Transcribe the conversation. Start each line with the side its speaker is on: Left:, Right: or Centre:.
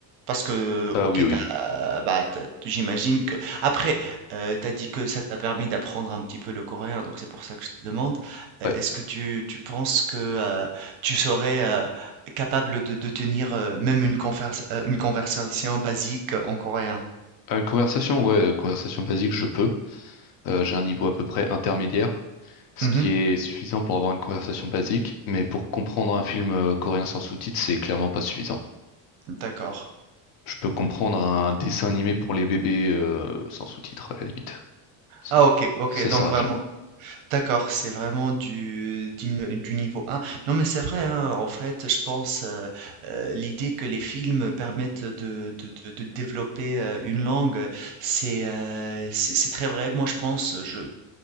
Right: Parce que,
Left: Ah
Right: OK,
Left: oui oui.
Right: t'as, bah, tu j'imagine que après, heu, tu dit que ça t'a permis d'apprendre un petit peu le coréen, donc c'est pour ça que je te demande, heu,
Left: Ouais.
Right: est-ce que tu tu penses que, heu, tu serais, heu, capable de de tenir, heu, même une converse heu, une conversation basique en coréen?
Left: Une conversation, ouais, conversation basique, je peux. Euh, j'ai un niveau à peu près intermédiaire, ce
Right: Mmh
Left: qui
Right: mh.
Left: est suffisant pour avoir une conversation basique, mais pour comprendre un film euh, coréen sans sous-titres, c'est clairement pas suffisant.
Right: D'accord.
Left: Je peux comprendre un dessin animé pour les bébés euh, sans sous-titres, à la limite. C'est-
Right: Ah, OK, OK,
Left: Ça
Right: donc
Left: s'arrête
Right: vraiment
Left: là.
Right: D'accord, c'est vraiment du, du n- du niveau 1. Non, mais c'est vrai, hein, en fait, je pense euh, euh, l'idée que les films permettent de, de- de- de développer euh, une langue, euh, c'est euh, c'est c'est très vrai. Moi, je pense, je